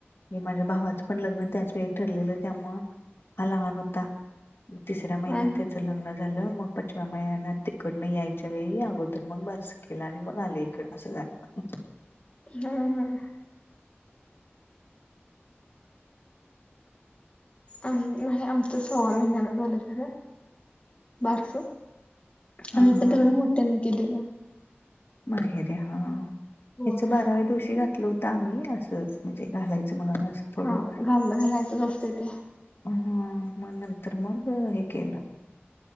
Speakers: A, on the left; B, on the left.
A: माझ्या भावाचं पण लग्न त्याच, वेळी ठरलेलं त्यामुळं हा लहान होता. तिसऱ्या महिन्यात
B: हा
A: त्याचं लग्न झालं, मग पाचव्या महिन्यात तिकडन याय च्या वेळी अगोदर मग बारस केलं, आणि मग आले इकडं असं झालं.
B: हम्म हम्म. अं. नाही आमचं, सव्वा महिन्यान झालं जरा बारस.
A: हा
B: आम्ही पण
A: हा
B: तिकडं, मोठ्यान केलेलं.
A: माहेरी हां
B: होय
A: याच बाराव्या दिवशी घातलं होतं. तर‌ आम्ही असं म्हणजे, घालायचं म्हणून असं. थोडं
B: हा घाललं घालायचंच असते ते,
A: हं. मग नंतर मग हे केल.